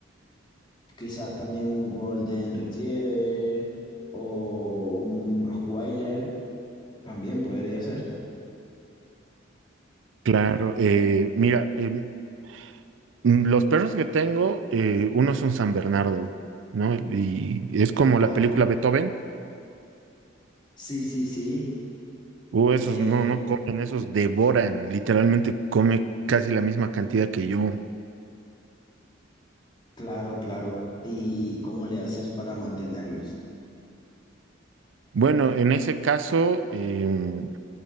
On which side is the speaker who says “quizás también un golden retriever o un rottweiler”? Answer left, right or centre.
Left